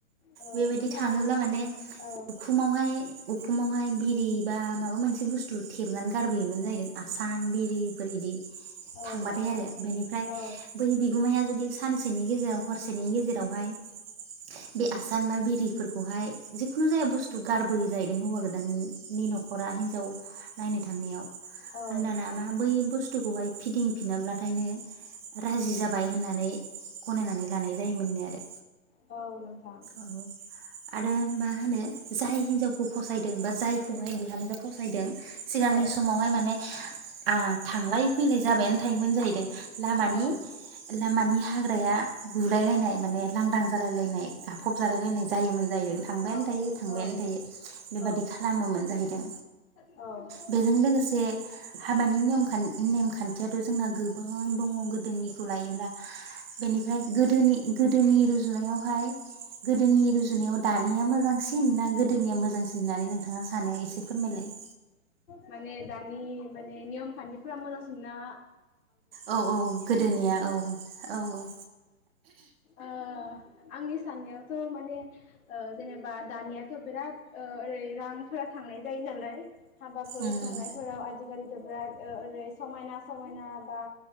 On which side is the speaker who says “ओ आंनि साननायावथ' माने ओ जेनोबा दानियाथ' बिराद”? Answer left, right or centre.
Left